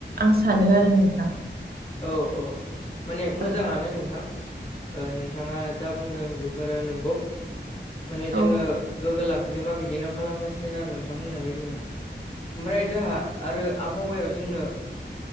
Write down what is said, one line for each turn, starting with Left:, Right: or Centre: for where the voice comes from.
Right: आं सानो आरो नोंथां
Left: औ औ अ माने मोजाङानो
Right: औ
Left: नोंथां ओ नोंथाङा जा बुंदों बेफोरो नों माने जोङो
Right: औ
Left: गोगो लाखिनोबा बिदिनो खालामनांसि सिगोन आरो नोंथां बुंनाय बादिनो ओमफ्राय जोंहा आरो आबहावायाव जोंनो